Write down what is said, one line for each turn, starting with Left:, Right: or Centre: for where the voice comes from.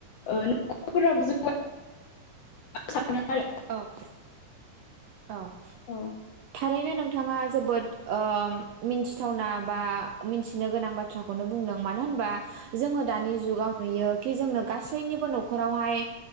Left: ओ फोराबो <unintelligible> <unintelligible>
Right: औ औ
Left: जों
Right: थारैनो नोंथाङा जोबोद ओ मिन्थिथावना बा मिन्थिनो गोनां बाथ्राखौनो बुंदों मानो होनबा जोङो दानि जुगाव नुयो कि जोंनो गासैनिबो न'खरावहाय